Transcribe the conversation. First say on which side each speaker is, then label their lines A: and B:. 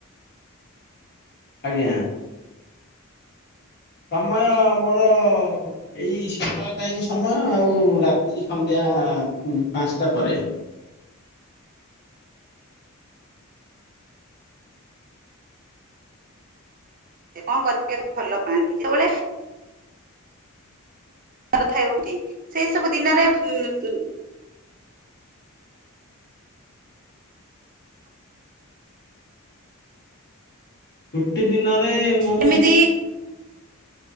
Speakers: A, on the left; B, on the right.
A: ଆଜ୍ଞା। ସମୟ ମୋର ଏଇ ସକାଳ ଟାଇମ ସମୟ ଆଉ ରାତି ସନ୍ଧ୍ୟା ପାଞ୍ଚଟା ପରେ।
B: କଣ କରିଥିଲେ ଆଗ ଭଲ ପାଆନ୍ତି ଯେତେବେଳେ ଘର ଥାଏ ଉଠି ସେଇ ସବୁ ଦିନରେ ଉଁ ଉଁ
A: ଛୁଟି ଦିନରେ ମୁଁ
B: ଯେମିତି